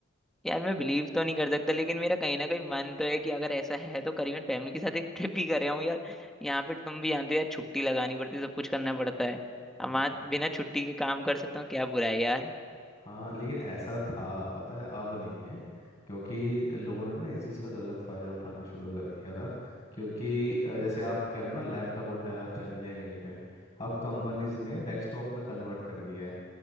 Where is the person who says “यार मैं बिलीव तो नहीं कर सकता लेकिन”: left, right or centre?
Centre